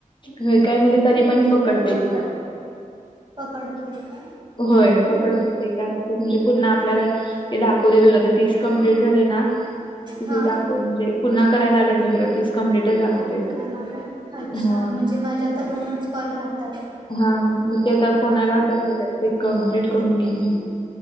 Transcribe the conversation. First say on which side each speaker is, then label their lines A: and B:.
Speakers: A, on the left; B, on the right.
A: होय काय मग तरी पण पकडतय
B: हा
A: की त्यात.
B: पकडते का
A: होय पकडतय ते. काय प म्हणजे पुन्हा आपल्याला ते दाखवतय तुझ आता तीस कंप्लीटच झालय ना तिथ
B: हा
A: दाखव म्हणजे पुन्हा करायला लागत नाही तुला तीस कंप्लीटच दाखवतय ते.
B: <unintelligible>
A: हा
B: म्हणजे माझे आता दोनच कॉल राहतात
A: हा म ते आता कोणाला आता राहिल्यात? ते कम्प्लीट करून घे मग